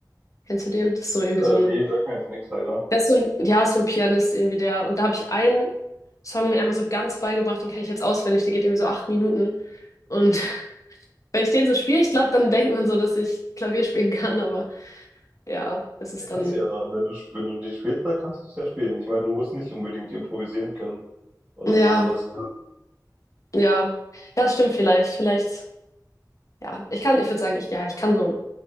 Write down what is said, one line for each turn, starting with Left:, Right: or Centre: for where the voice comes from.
Left: kennst du den? Das ist so irgendwie
Right: Äh,
Left: so ein,
Right: nee, sag mir jetzt nichts leider.
Left: der ist so ein, ja, ist so ein Pianist irgendwie der und da habe ich einen Song mir einmal so ganz beigebracht, den kenne ich jetzt auswendig, der geht irgendwie so acht Minuten und <laughs> wenn ich den so spiele, ich glaube, dann denkt man so, dass ich Klavier spielen kann, aber ja, es ist
Right: Ja, kannst
Left: dann,
Right: du ja dann, wenn du, wenn du ein Lied spielst, dann kannst du es ja spielen. Ich meine, du musst nicht unbedingt improvisieren können oder
Left: ja,
Right: so. Das,
Left: ja, ja, stimmt vielleicht, vielleicht. Ja, ich kann, ich würde sagen, ich, ja, ich kann so,